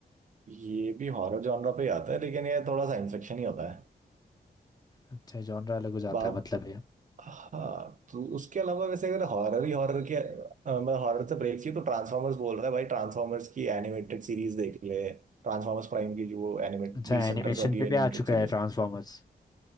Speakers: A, on the right; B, on the left.
A: ये भी हॉरर जॉनरा पे ही आता है लेकिन ये थोड़ा साइंस फिक्शन ही होता है
B: अच्छा जॉनर अलग हो जाता
A: बात
B: है मतलब है
A: हाँ तो उसके अलावा वैसे अगर हॉरर ही हॉरर के अ, मतलब हॉरर से ब्रेक चाहिए तो ट्रांसफॉर्मर्स बोल रहा है भाई ट्रांसफॉर्मर्स की एनिमेटेड सीरीज देख ले ट्रांसफॉर्मर्स प्राइम की जो एनिमेट
B: अच्छा
A: बीस
B: एनिमेशन
A: सेंटर्स वाली
B: पे भी
A: एनिमेटेड
B: आ चुका
A: सीरीज
B: है ट्रांसफॉर्मर्स